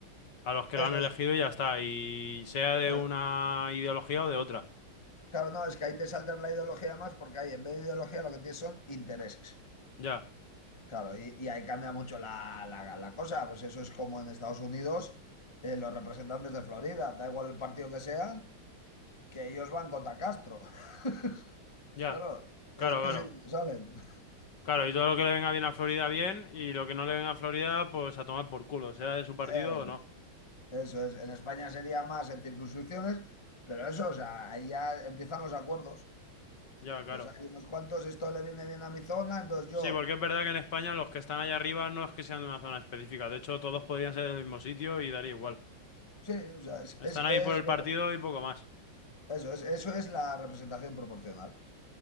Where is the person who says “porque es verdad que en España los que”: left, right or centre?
Left